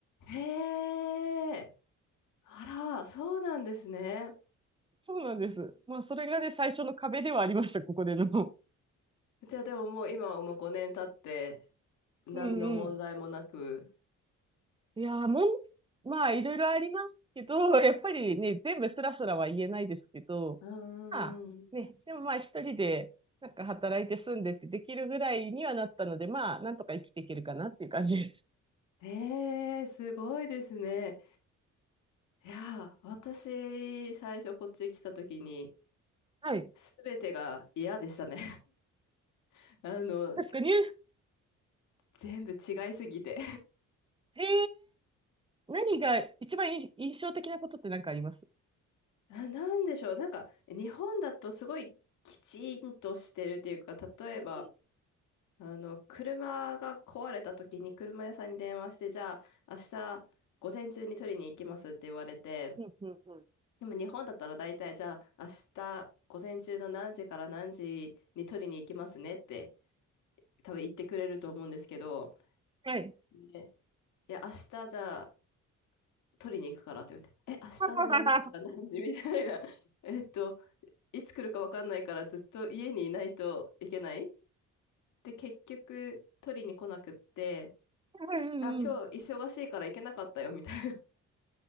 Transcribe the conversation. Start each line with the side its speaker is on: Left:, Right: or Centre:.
Left: へえ。あら、そうなんですね。
Right: そうなんです。まあ、それがね、最初の壁ではありました、ここでの。
Left: じゃあでももう今はもう5年経って、何の問題もなく。
Right: うんうん。いやー、もん、まあ、いろいろありますけど、やっぱりね、全部スラスラは言えないですけど、
Left: うんうんうん。
Right: まあ、ね、でもまあ、一人で、なんか働いて住んでってできるぐらいにはなったので、まあ、なんとか生きていけるかなっていう感じです
Left: へえ、すごいですね。いやー、私、最初こっち来た時に、
Right: <laughs>。はい。
Left: すべてが嫌でしたね。<laughs> あの、
Right: 確かに、
Left: 全部違いすぎて。
Right: えー、何が一番い印象的なことって何かあります
Left: あ、なんでしょう。なんか、日本だとすごいきちんとしてるっていうか、例えば、
Right: うんう
Left: あの、車が壊れた時に車屋さんに電話して、じゃあ、明日午前中に取りに行きますって言われて、
Right: ん。うんうんうん。
Left: でも日本だったら大体、じゃあ、明日午前中の何時から何時に取りに行きますねって、多分言ってくれると思うんですけど、
Right: はい。
Left: ね、いや、明日じゃあ、取りに行くからって言って、え、明日の何時から何時みたいな。
Right: <laughs>
Left: <laughs> えっと、いつ来るかわかんないからずっと家にいないといけないで、結局取りに来なくって、
Right: うんうんうん。
Left: あ、今日忙しいから行けなかったよ、みたいな。